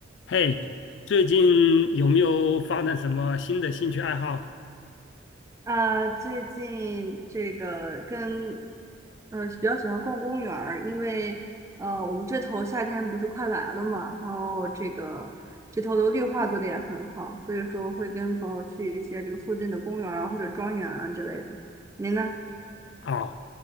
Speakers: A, on the left; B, on the right.
A: 嘿，最近有没有发展什么新的兴趣爱好
B: 啊，最近这个跟嗯、呃比较喜欢逛公园儿，因为呃我们这头夏天不是快来了嘛，然后这个这头的绿化做的也很好，所以说会跟朋友去一些这个附近的公园儿啊或者庄园啊之类的。您呢？
A: 啊？